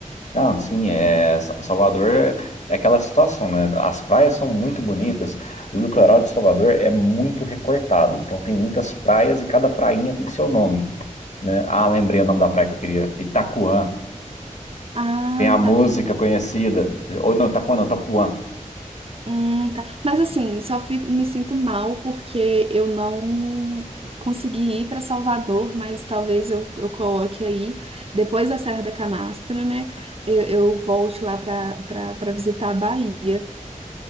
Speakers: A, on the left; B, on the right.
A: Não, sim, é, Sa- Salvador é é aquela situação, né? As praias são muito bonitas, o litoral de Salvador é muito recortado, então tem muitas praias e cada prainha tem seu nome, né? Ah, lembrei o nome da praia que eu queria, Itacoan.
B: Ah,
A: Tem a música
B: tá.
A: conhecida. Ou não, Itapuã não, Itapuã.
B: Hum, tá. Mas assim, só fico, me sinto mal porque eu não consegui ir para Salvador, mas talvez eu, eu coloque aí, depois da Serra da Canastra, né? Eu, eu volte lá para para visitar a Bahia.